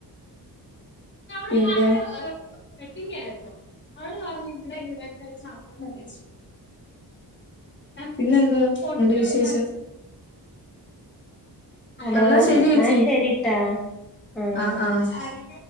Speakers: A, on the left; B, in the centre.
A: പിന്നെ വെഡിങ്ങായിരുന്നു അവള് പറഞ്ഞ് ഇവിടെ ഇങ്ങടൊക്കെ <unintelligible> പിന്നെന്താ ഉണ്ട് വിശേഷം
B: ഹലോ
A: എന്ന ശരി
B: എന്നാ
A: ചേച്ചി.
B: ശരിട്ടാ ആഹ്
A: ആഹ ആഹ